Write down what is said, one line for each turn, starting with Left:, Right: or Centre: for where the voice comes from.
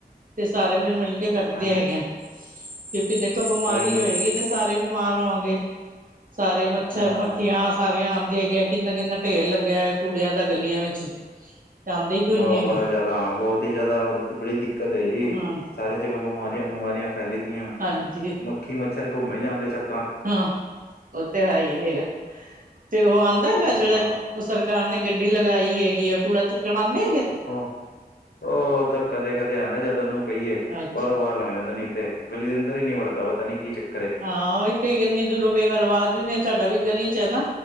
Right: ਤੇ ਸਾਰੇ ਫ਼ਿਰ ਮਿਲ ਕੇ ਕਰਦੇ
Left: ਹਾਂ
Right: ਹੈਗੇ ਆ ਕਿਉਂਕਿ ਦੇਖੋਂ ਬਿਮਾਰੀ
Left: ਕੋਈ ਨੀ
Right: ਹੋਏਗੀ ਤੇ ਸਾਰੇ ਬਿਮਾਰ ਹੋਣਗੇ ਸਾਰੇ ਮੱਛਰ
Left: ਹਾਂ
Right: ਮੱਖੀਆਂ ਸਾਰੀਆਂ ਆਂਦੀ ਹੈਗੀਆਂ ਕਿੰਨਾ-ਕਿੰਨਾ ਢੇਰ ਲੱਗਿਆਂ ਹੋਇਆਂ ਕੂੜਿਆਂ ਦਾ ਗਲੀਆਂ ਵਿੱਚ ਆਉਂਦੇ ਹੀ ਕੋਈ
Left: ਓ
Right: ਨੀ ਹੈਗੇ
Left: ਬੜਾ ਜ਼ਿਆਦਾ ਹਾਂ ਬਹੁਤ ਹੀ ਜ਼ਿਆਦਾ ਬੜੀ ਦਿੱਕਤ ਹੈ ਜੀ
Right: ਹਾਂ
Left: ਸਾਰੇ ਜਗ੍ਹਾ ਬਿਮਾਰੀਆਂ ਬਿਮਾਰੀਆਂ ਫੈਲ ਫ਼ੈਲਦੀਆਂ
Right: ਹਾਂਜੀ
Left: ਮੱਖੀ ਮੱਛਰ ਘੁੰਮੇ ਜਾਂਦੇ ਛੱ
Right: ਹਾਂ ਉਹ ਤੇ ਹੈ ਈ ਹੈਗਾ ਤੇ ਉਹ ਆਂਦਾ ਹੈਗਾ ਜਿਹੜਾ
Left: ਹਾਂ
Right: ਸਰਕਾਰ ਨੇ ਗੱਡੀ ਲਗਾਈ ਹੈਗੀ ਆ ਕੂੜਾ ਚੁ ਕਣ ਆਂਦੇ।
Left: ਉਹ ਤਾਂ ਕਦੇ-ਕਦੇ ਓਂਦਾ ਜਦੁ ਉਹਨੂੰ ਕਹੀਏ
Right: ਅੱਛਾ।
Left: ਬਾਰੋਂ- ਵਾਰ ਲੰਘ ਜਾਂਦਾ ਨੀ ਤੇ ਗਲੀ ਦੇ ਅੰਦਰ ਹੀ ਨੀ ਵੜਦਾ ਪਤਾ ਨੀ ਕੀ ਚੱਕਰ ਹੈ।
Right: ਹਾਂ ਇਹ ਤੇ ਇੰਨੀ ਦੂਰੋਂ ਕਈ ਵਾਰ ਆਵਾਜ਼ ਵੀ ਨਹੀਂ ਸਾਡਾ ਵੀ ਗਲੀ ਚ ਹੈ ਨਾ